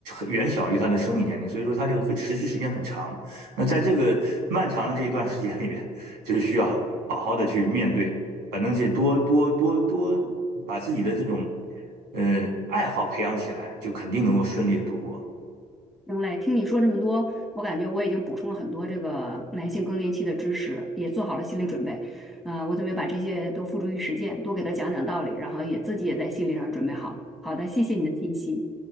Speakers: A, on the right; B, in the centre.
A: 远小于他的生理年龄，所以说他这个会持续时间很长。那在这个漫长的这一段时间里边，就是需要好好的去面对，反正是多多多多把自己的这种呃爱好培养起来，就肯定能够顺利的度过。
B: 行嘞，听你说这么多，我感觉我已经补充了很多这个男性更年期的知识，也做好了心理准备。呃，我准备把这些都付诸于实践，多给他讲讲道理，然后也自己也在心理上准备好。好的，谢谢你的信息。